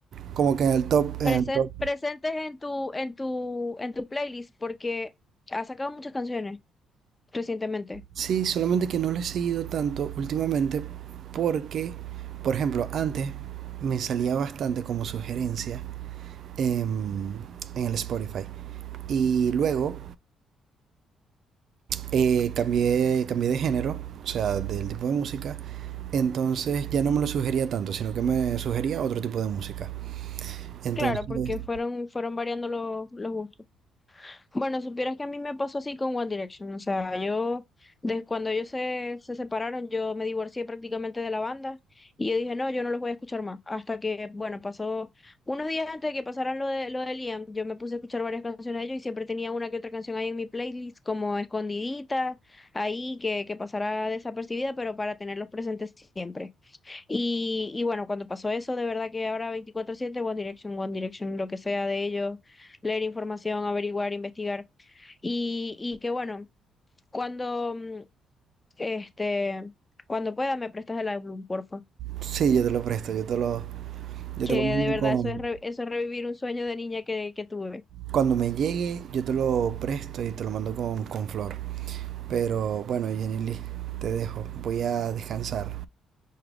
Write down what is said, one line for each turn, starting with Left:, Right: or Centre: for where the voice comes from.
Right: como que en el top, en
Left: presen-
Right: el top.
Left: presentes en tu, en tu, en tu playlist, porque ha sacado muchas canciones recientemente.
Right: Sí, solamente que no lo he seguido tanto últimamente porque, por ejemplo, antes me salía bastante como sugerencia en, en el Spotify. Y luego eh, cambié, cambié de género, o sea, del tipo de música. Entonces ya no me lo sugería tanto, sino que me sugería otro tipo de música. Entonces,
Left: Claro, porque fueron, fueron variando los, los gustos. Bueno, supieras que a mí me pasó así con One Direction. O sea, yo, desde cuando ellos se, se separaron, yo me divorcié prácticamente de la banda y yo dije, no, yo no los voy a escuchar más. Hasta que, bueno, pasó unos días antes de que pasaran lo de, lo de Liam, yo me puse a escuchar varias canciones de ellos y siempre tenía una que otra canción ahí en mi playlist, como escondidita, ahí que, que pasara desapercibida, pero para tenerlos presentes siempre. Y, y bueno, cuando pasó eso, de verdad que ahora veinticuatro siete One Direction, One Direction, lo que sea de ellos, leer información, averiguar, investigar. Y, y que bueno, cuando mm, este, cuando pueda me prestas el álbum, porfa.
Right: sí, yo te lo presto, yo te lo, yo
Left: Que
Right: te lo mando
Left: de verdad
Right: con...
Left: eso es re- eso es revivir un sueño de niña que, que tuve.
Right: Cuando me llegue, yo te lo presto y te lo mando con, con flor. Pero bueno, Jenny Lee, te dejo. Voy a descansar.